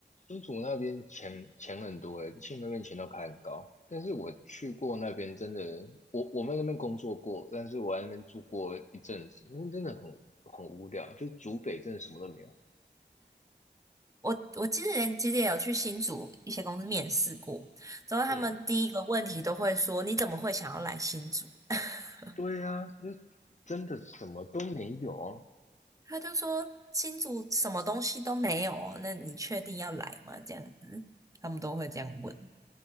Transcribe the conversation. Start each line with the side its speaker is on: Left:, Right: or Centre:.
Left: 新竹那边钱钱很多诶，新竹那边钱都开很高。但是我去过那边，真的，我我们那边工作过，但是我在那边住过一阵子，那边真的很很无聊，就竹北真的什么都没有。
Right: 我我之前其实也有去新竹一些公司面试过，之后他们第一个问题都会说：
Left: 嗯，
Right: “你怎么会想要来新竹？” <laughs>
Left: 对啊，就真的什么都没有啊，
Right: 他就说新竹什么东西都没有哦，那你确定要来吗？这样子，他们都会这样问。